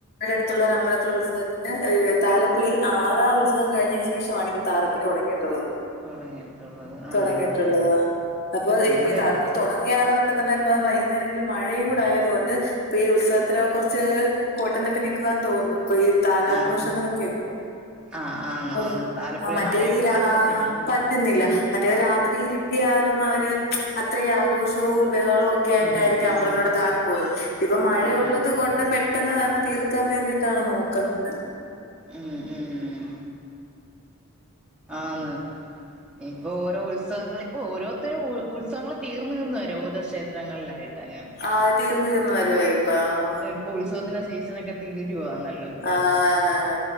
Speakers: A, on the left; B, in the centre.
A: രടുത്തുള്ള ഒരു അമ്പലത്തിൽ ഉത്സവത്തിന് ഏഹ് താലപ്പൊലി ആറാ ഉത്സവം കഴിഞ്ഞെനു ശേഷാവണിത് തലപ്പൊലി തോടങ്ങിടുള്ളത്
B: തുടങ്ങിയിട്ടുള്ളത് ആഹ്
A: തൊടങ്ങിട്ടുള്ളതാ ആഹ് അപ്പൊ
B: നമ്മുടെ
A: ഇപ്പ ഈ താലപ്പൊലി തൊ നങ്ങാറ് തൊട്ട് തന്നെ ഇപ്പോ വൈകുന്നരങ്ങളിൽ മഴയും കൂടെ ആയെ തോണ്ട് ഇപ്പൊ ഈ ഉത്സവത്തിന് കു കൊറ്ച്ച് കോട്ടം തട്ടി നിക്കുവാന്ന് തോന്നുന്ന് ഇപ്പൊയീ താലാഘോഷങ്ങളൊക്കെ
B: ആഹ് ആഹ് ആന്ന്
A: അ്
B: ആന്ന് താലപ്പൊലി
A: ആഹ് മറ്റേഞ്ഞിരാ
B: മഴയായിട്ട് പറ്റത്തില്ല
A: പറ്റുന്നില്ല
B: ഉം
A: മറ്റേ രാത്രി ഇരുട്ടി ട്ടിയാലും അവര് അത്രേ ആഘോഷവും ബഹളവും ഒക്കെ ആയിട്ടായിരിക്കും
B: ഉം
A: അമ്പലത്തിലൂടെ
B: ഉം
A: താലം ഇപ്പൊ മഴയുള്ളത്
B: ഉം
A: കൊണ്ട് പെട്ടെന്ന് തന്നെ തീർക്കാൻ വേണ്ടിട്ടാണ് നോക്കുന്നത്.
B: ആഹ് ആഹ് ആന്ന്. ഇപോരോ ഉത്സവങ്ങളി ഇപ്പോരുത്തരും ഉത്സവങ്ങൾ തീർന്ന് നിന്ന് വര ഓരോ ക്ഷേത്രങ്ങളിലായിട്ടയാ.
A: ആഹ് തീർന്ന് തീർന്ന് വരുവായിപ്പ ആഹ്.
B: ഇപ്പൊ ത്സവത്തിന്റെ സീസണൊക്കെ തീരുവാണല്ലോ.
A: ആഹ് താതാതേ